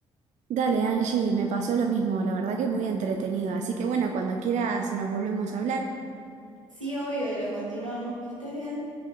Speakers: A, on the right; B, on the right.
A: Dale, Angie, me pasó lo mismo, la verdad que muy entretenido, así que bueno, cuando quieras nos volvemos a hablar.
B: Sí, obvio, y lo continuamos. Que estés bien.